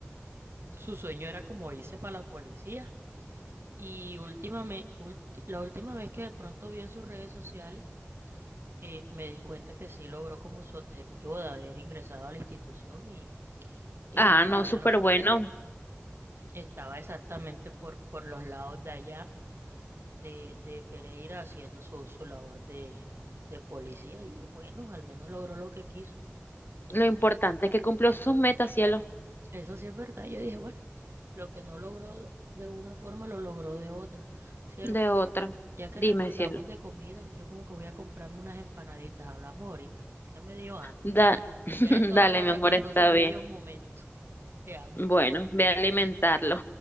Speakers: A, on the right (about 65°); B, on the left (about 50°).
A: Su sueño era como irse para la policía. Y últimamente, la última vez que de pronto vi en sus redes sociales, eh, me di cuenta que sí logró como su objetivo de haber ingresado a la institución y, y
B: Ah,
A: estaba
B: no, súper
A: en la-
B: bueno.
A: estaba exactamente por, por los lados de allá de, de Pereira haciendo su, su labor de, de policía. Y yo, bueno, al menos logró lo que quiso.
B: Lo importante es que cumplió sus metas, cielo.
A: Eso sí es verdad. Yo dije, bueno, lo que no logró de una forma, lo logró de otra. Cielo,
B: De otra.
A: ya que
B: Dime,
A: recordamos
B: cielo.
A: de comida, yo como que voy a comprarme unas empanaditas. Hablamos ahorita. Ya me dio hambre.
B: Da, <laughs>
A: Ya el estómago
B: dale, mi
A: recordó
B: amor, está
A: sus bellos
B: bien.
A: momentos. Te amo.
B: Bueno, ve a alimentarlo.